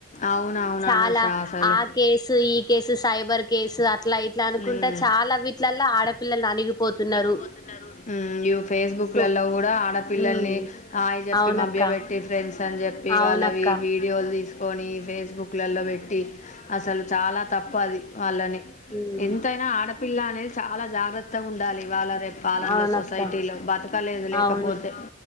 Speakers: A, on the left; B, on the left.
A: అవునవును
B: చాలా
A: అనూష అసలు
B: ఆ కేసు ఈ కేసు సైబర్ కేసు అట్లా ఇట్లా అనుకుంటా
A: ఊమ్
B: చాలా వీట్లల్ల ఆడపిల్లలు అణిగిపోతున్నారు
A: ఊమ్ ఇ ఫేసుబుక్
B: సో
A: లలో కూడా ఆడపిల్లల్ని
B: ఉమ్
A: హాయ్ చెప్పి
B: అవునక్క
A: మభ్య పెట్టి ఫ్రెండ్స్ అని చెప్పి
B: అవునక్క
A: వాళ్ళవి వి వీడియోలు తీస్ కొని ఫేసుబుక్ లలో పెట్టి అసలు చాలా తప్పు అది. వాళ్ళని
B: ఉమ్
A: ఎంతైనా ఆడ పిల్ల అనేది చాలా జాగ్రత్తగా ఉండాలి. ఇవాల రేపు కాలంలో
B: అవునక్క
A: సొసైటీలో బతకలేదు లేకపోతే
B: అవును